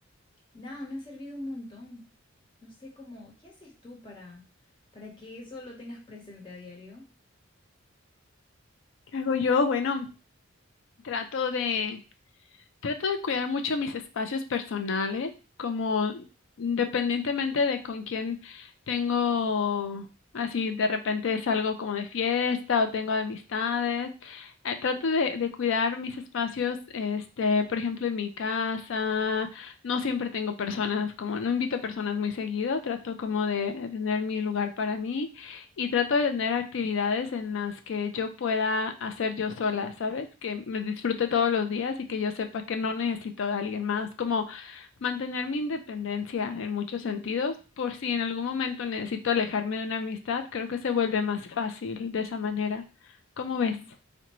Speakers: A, on the left; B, on the left.
A: nada, me ha servido un montón. No sé cómo, ¿qué haces tú para, para que eso lo tengas presente a diario?
B: ¿Qué hago yo? Bueno. Trato de, trato de cuidar mucho mis espacios personales, como independientemente de con quién tengo, así de repente salgo como de fiesta o tengo amistades. eh, trato de, de cuidar mis espacios, este, por ejemplo, en mi casa. No siempre tengo personas, como no invito personas muy seguido. Trato como de tener mi lugar para mí. Y trato de tener actividades en las que yo pueda hacer yo sola, ¿sabes? Que me disfrute todos los días y que yo sepa que no necesito de alguien más, como mantener mi independencia en muchos sentidos, por si en algún momento necesito alejarme de una amistad, creo que se vuelve más fácil de esa manera. ¿Cómo ves?
A: Mi-